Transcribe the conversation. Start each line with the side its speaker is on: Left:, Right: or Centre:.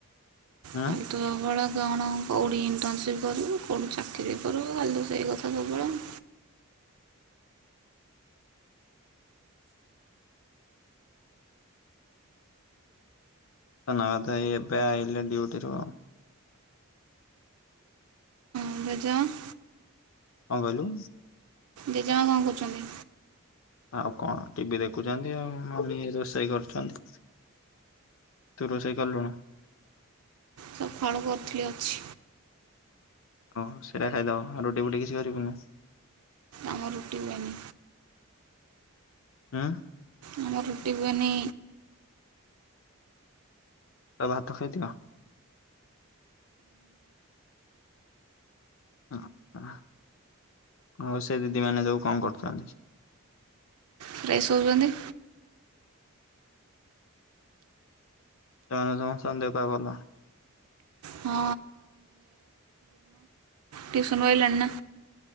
Left: ଆଁ।
Right: ଖାଲି ତ ସବୁବେଳେ କଣ କେଉଁଠି ଇଣ୍ଟର୍ନସିପ୍ କରିବୁ କଉଢୁ ଚାକିରି କରିବୁ ଖାଲି ତ ସେଇ କଥା ସବୁବେଳେ।
Left: <unintelligible> ଏବେ ଆଇିଲେ ଡ୍ୟୁଟିରୁ।
Right: ବଜ। <unintelligible>
Left: କଣ କହିଲୁ?
Right: ଜେଜେମା କଣ କରୁଛନ୍ତି?
Left: ଆଉ କଣ ଟିବି ଦେଖୁଛନ୍ତି ଆଉ ମମି ରୋଷେଇ କରୁଛନ୍ତି। ତୁ ରୋଷେଇ କଲୁଣୁ?
Right: ସକାଳୁ କରିଥିଲି ଅଛି
Left: ହଉ ସେଇଟା ଖାଇଦବ ଆଉ ରୁଟି ବୁଟି କିଛି କରିବୁନୁ।
Right: ଆମର ରୁଟି ହୁଏନି।
Left: ହୁଁ।
Right: ଆମର ରୁଟି ହୁଏନି।
Left: ତ ଭାତ ଖାଇଦିଅ। ହଁ ହ। ଆଉ ସେ ଦିଦି ମାନେ ଯଉ କଣ କରୁଥାନ୍ତି?
Right: ଫ୍ରେଶ ହଉଛନ୍ତି।
Left: ତମ ମାନଙ୍କ ସମସ୍ତ ଦେହ ପା ଭଲ।
Right: ହଁ ଟ୍ୟୁସନ ରୁ ଆଇଲାଣି ନା